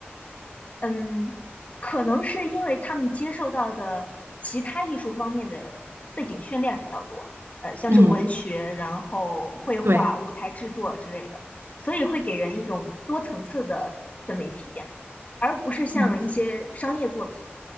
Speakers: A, on the left; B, on the right.
A: 嗯，可能是因为他们接受到的其他艺术方面的背景训练比较多，呃，像是文学，
B: <laughs> 嗯，
A: 然后绘画、
B: 对，
A: 舞台制作之类的，所以会给人一种多层次的审美体验，而不是像一些商业作品，
B: 嗯，